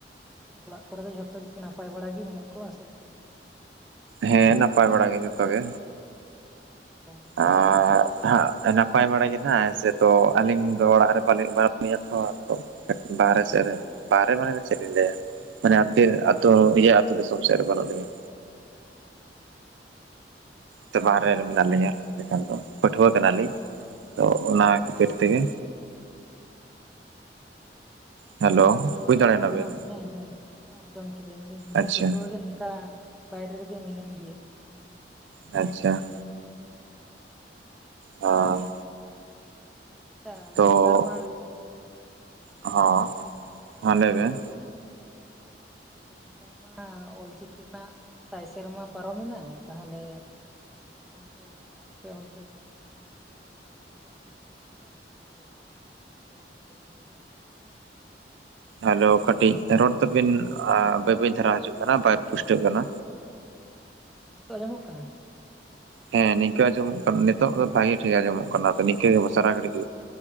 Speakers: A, in the centre; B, on the right (about 85°).
A: ᱚᱲᱟᱜ ᱠᱚᱨᱮ ᱫᱚ ᱡᱷᱚᱛᱚ ᱜᱮ ᱱᱟᱯᱟᱭ ᱵᱟᱲᱟ ᱜᱤ ᱢᱮᱱᱟᱜ ᱠᱚᱣᱟ ᱥᱮ ᱚᱠᱟ ᱞᱮᱠᱟ?
B: ᱦᱮᱸ ᱱᱟᱯᱟᱭ ᱵᱟᱲᱟ ᱜᱮ ᱡᱚᱛᱚ ᱜᱮ
A: ᱚᱸ
B: ᱟᱨ ᱦᱟᱜ ᱱᱟᱯᱟᱭ ᱵᱟᱲᱟ ᱜᱮ ᱱᱟᱦᱟᱜ ᱥᱮ ᱛᱚ ᱟᱹᱞᱤᱧ ᱫᱚ ᱚᱲᱟᱜ ᱨᱮ ᱯᱟᱞᱮᱫ <inaudible> ᱛᱚ ᱠᱟᱹᱴ ᱵᱟᱦᱨᱮ ᱥᱮᱜ ᱨᱮ ᱵᱟᱦᱨᱮ ᱢᱟᱱᱮ ᱫᱚ ᱪᱮᱫ ᱤᱧ ᱞᱟᱹᱭᱟ ᱢᱟᱱᱮ ᱟᱛᱳ ᱤᱭᱟᱹ ᱟᱛᱳ ᱫᱤᱥᱚᱢ ᱥᱮᱜ ᱨᱮ ᱵᱟᱱᱩᱜ ᱞᱤᱧᱟ
A: ᱚᱸ
B: ᱛᱮ ᱵᱟᱦᱨ ᱨᱮ ᱢᱮᱱᱟᱜ ᱞᱤᱧᱟ ᱞᱮᱠᱷᱟᱱ ᱫᱚ ᱯᱟᱹᱴᱷᱩᱣᱟᱹ ᱠᱟᱱᱟᱞᱤᱧ ᱛᱚ ᱚᱱᱟ ᱠᱷᱟᱹᱛᱤᱨ ᱛᱮᱜᱮ ᱦᱮᱞᱳ ᱵᱩᱡᱽ ᱫᱟᱲᱮᱭᱟᱱᱟ
A: ᱟᱹᱞᱤᱧ
B: ᱵᱤᱱ
A: ᱦᱚᱸ ᱦᱮᱸ ᱦᱮᱸ ᱦᱮᱸ ᱟᱸᱡᱚᱢ ᱠᱮᱫᱤᱹᱧ ᱫᱤᱧ ᱤᱧ
B: ᱟᱪᱪᱷᱟ
A: ᱦᱚᱸ ᱯᱟᱹᱴᱷᱣᱟᱹ ᱜᱮ ᱱᱚᱝᱠᱟ ᱵᱟᱭᱨᱮ ᱨᱮᱜᱮ ᱢᱤᱱᱟᱹᱧ ᱜᱮᱭᱟ
B: ᱟᱪᱪᱷᱟ
A: <unintelligible>
B: ᱟᱻ
A: ᱟᱪᱪᱷᱟ
B: ᱛᱚ
A: ᱱᱮᱛᱟᱨ ᱢᱟ ᱦᱮᱸ ᱞᱟᱹᱭ
B: ᱦᱚᱸ
A: ᱢᱮ
B: ᱦᱚᱸ ᱞᱟᱹᱭ ᱵᱮᱱ
A: ᱞᱟᱹᱭ ᱫᱟᱹᱧ ᱱᱮᱛᱟᱨ ᱢᱟ ᱚᱞᱪᱤᱠᱤ ᱨᱮᱱᱟᱜ ᱥᱟᱭ ᱥᱮᱨᱢᱟ ᱯᱟᱨᱚᱢᱮᱱᱟ ᱛᱟᱦᱚᱞᱮ ᱚᱱᱛᱮ ᱟᱯᱮ ᱚᱱᱛᱮ ᱚᱞ ᱪᱤᱠᱤ ᱤᱫᱤ ᱠᱟᱛᱮ ᱚᱠᱟ ᱞᱮᱠᱟ ᱪᱟᱨᱪᱟ ᱪᱟᱞᱟᱜ ᱠᱟᱱᱟ? ᱠᱟᱱᱟ ᱥᱮ ᱱᱤᱛ ᱫᱷᱟᱹᱵᱤᱡ ᱛᱮ ᱟᱹᱣᱨᱤ ᱦᱩᱭᱩᱜᱼᱟ
B: ᱦᱮᱞᱳ ᱠᱟᱹᱴᱤᱡ ᱨᱚᱲ ᱛᱟᱵᱤᱱ ᱵᱟᱹᱭ ᱵᱟᱹᱭ ᱫᱷᱟᱨᱟ ᱦᱤᱡᱩᱜ ᱠᱟᱱᱟ ᱵᱟᱭ ᱯᱩᱥᱴᱟᱹᱜ ᱠᱟᱱᱟ
A: ᱟᱪᱪᱷᱟ ᱱᱤᱛᱚᱜ ᱟᱡᱚᱢᱚᱜ ᱠᱟᱱᱟ?
B: ᱦᱮᱸ ᱱᱤᱝᱠᱟᱹ ᱟᱡᱚᱢᱚᱜ ᱠᱟᱱᱟ ᱱᱤᱛᱚᱜ ᱫᱚ ᱵᱷᱟᱜᱤ ᱴᱷᱤᱠ ᱟᱡᱚᱢᱚᱜ ᱠᱟᱱᱟ ᱛᱚ ᱱᱤᱝᱠᱟᱹ ᱜᱮ ᱵᱟ ᱥᱟᱨᱟ ᱜᱷᱟᱹᱲᱤᱡ